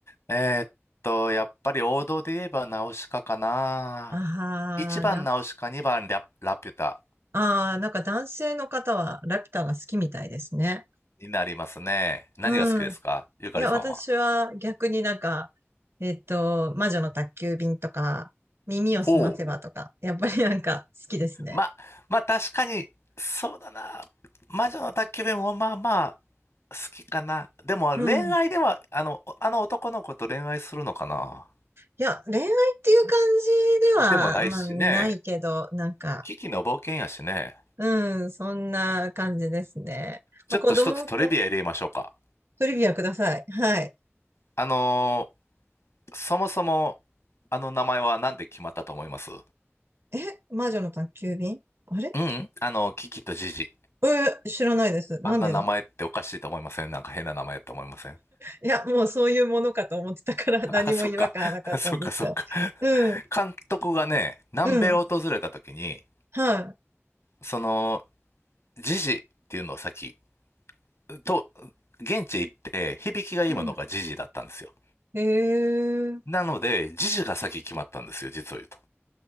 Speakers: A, on the left; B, on the right.
A: えーっと、やっぱり王道で言えばナウシカかな。
B: ああ、
A: 1番ナウシカ、
B: 男
A: 2番ラ、ラピュタ
B: ああー、なんか男性の方はラピュタが好きみたいですね。
A: になりますね。何が好きですかゆかりさんは。
B: うん。いや、私は逆になんか、えっと、魔女の宅急便とか、耳をすませばとか、
A: ほう。
B: やっぱりなんか好きですね。
A: ま、まあ確かに、そうだな。魔女の宅急便もまあまあ好きかな。でも恋愛では、
B: うん。い
A: あの、あの男の子と恋愛するのかな。
B: や、恋愛っていう感じでは、
A: でもないしね。
B: まあ、ないけど、なんか、
A: キキの冒険やしね。
B: うん、そんな感じですね。
A: ちょっと一つトリビア入れましょうか。
B: まあ、子供とトリビアください。はい。
A: あのーそもそも、あの名前はなんで決まったと思います
B: え、魔女の宅急便あれ
A: うん、あの、キキとジジ。
B: えー知らないです。なんでだ
A: あんな名前っておかしいと思いませんなんか変な名前って思いません
B: いや、もうそういうものかと思ってたから
A: <laughs>
B: <laughs>
A: あ、
B: 何も違和感はなかったんですが。
A: そっか。<laughs> そっか、そっか。
B: うん、
A: 監督がね、南米を訪れた時に、
B: うん、は
A: その、ジジっていうのを先と、現地行って響きがいいものがジジだったんですよ。
B: い。うん。へえ、
A: なので、ジジが先決まったんですよ、実を言うと。